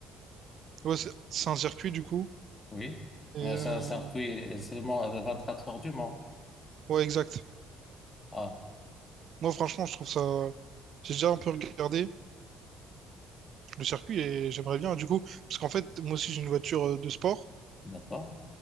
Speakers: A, on the right; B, on the left.
A: Ouais, c'est c'est un circuit, du coup.
B: Oui,
A: Et
B: mais
A: euh,
B: c'est un circuit seulement à 24 heures du Mans.
A: Ouais, exact.
B: Ah,
A: Moi, franchement, je trouve ça... J'ai déjà un peu regardé. le circuit et j'aimerais bien, du coup, parce qu'en fait, moi aussi j'ai une voiture euh, de sport
B: d'accord.